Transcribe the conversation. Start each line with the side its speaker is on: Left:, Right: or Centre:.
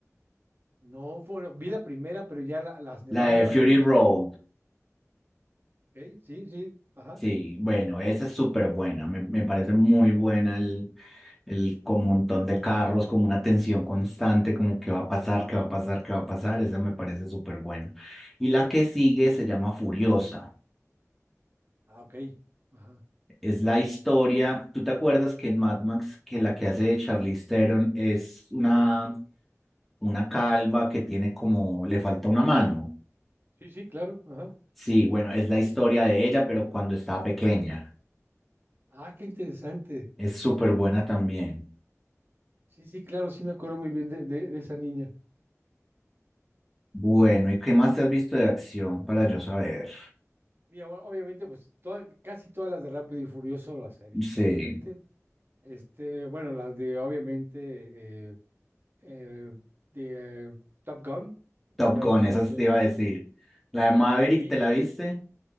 Right: no, bueno, vi la primera, pero ya la- las demás
Centre: la de
Right: no las
Centre: Fury
Right: he visto.
Centre: Road.
Right: ¿Ok? Sí, sí, ajá.
Centre: Sí, bueno, esa es súper buena. Me, me parece muy buena el, el con un montón de carros, como una tensión constante, como qué va a pasar, qué va a pasar, qué va a pasar. Esa me parece súper buena. Y la que sigue se llama Furiosa.
Right: Ah, ok. Ajá.
Centre: Es la historia. ¿Tú te acuerdas que en Mad Max, que la que hace de Charlize Theron es una, una calva que tiene como, le falta una mano?
Right: Sí, sí, claro. Ajá.
Centre: Sí, bueno, es la historia de ella, pero cuando estaba pequeña.
Right: Ah, qué interesante.
Centre: Es súper buena también.
Right: Sí, sí, claro, sí me acuerdo muy bien de, de- de esa niña.
Centre: Bueno, ¿y qué más te has visto de acción para yo saber?
Right: Mira, bueno, obviamente, pues toda- casi todas las de Rápido y Furioso las he visto,
Centre: Sí,
Right: obviamente. Este, bueno, las de, obviamente, eh, eh, de eh, Top Gun,
Centre: Top
Right: fue la
Centre: Gun,
Right: última
Centre: esa
Right: que
Centre: te iba a decir. La de Maverick,
Right: sí vi.
Centre: ¿te la viste?